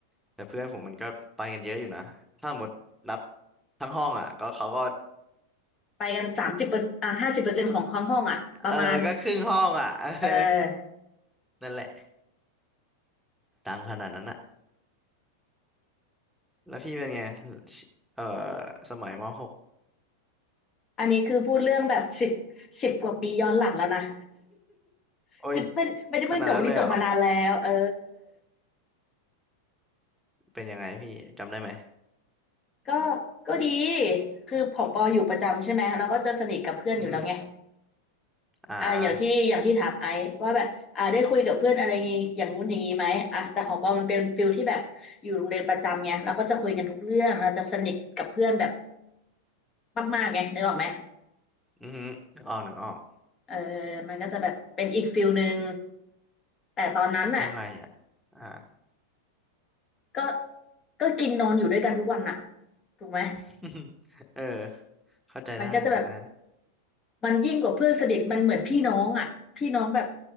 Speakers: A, in the centre; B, on the left (about 25°).
A: แต่เพื่อนผมมันก็ไปกันเยอะอยู่นะถ้าหมดนับทั้งห้องอ่ะก็เขาก็
B: ไปกันสามสิบเปอร์อ่ะห้าสิบเปอร์เซ็นต์ของห้องห้องอ่ะประมาณ
A: เออก็ครึ่งห้องอ่ะ <laughs>
B: เออ
A: เออนั่นแหละดังขนาดนั้นอะแล้วพี่เป็นไงเออสมัยมหก
B: อันนี้คือพูดเรื่องแบบสิบสิบกว่าปีย้อนหลังแล้วนะ <laughs>
A: โอ้ย
B: คือไม่ไม่ได้เพิ่งจบวันนี้จบมานานแล้วเออ
A: ขนาดนั้นเลยเหรอ เป็นยังไงพี่จำได้ไหม
B: ก็ก็ดีคือของปออยู่ประจำใช่ไหมเราก็จะสนิทกับเพื่อนอยู่แล้วไง
A: อือฮึอ่า
B: อ่าอย่างที่อย่างที่ถามไอซ์ว่าแบบอ่าได้คุยกับเพื่อนอะไรงี้อย่างงู้นอย่างงี้ไหมอ่ะแต่ของปอมันเป็นฟิลที่แบบอยู่โรงเรียนประจำไงเราก็จะคุยกันทุกเรื่องเราจะสนิทกับเพื่อนแบบมากๆไงนึกออกไหม
A: อือฮึนึกออกนึกออก
B: เออมันก็จะแบบเป็นอีกฟิลหนึ่งแต่ตอนนั้นน่ะ
A: ยังไงอ่ะอ่า
B: ก็ก็กินนอนอยู่ด้วยกันทุกวันน่ะถูกไหม
A: <laughs> เออเข้าใจได้เข้าใจได้
B: มันก็จะแบบ มันยิ่งกว่าเพื่อนสนิทมันเหมือนพี่น้องอ่ะพี่น้องแบบ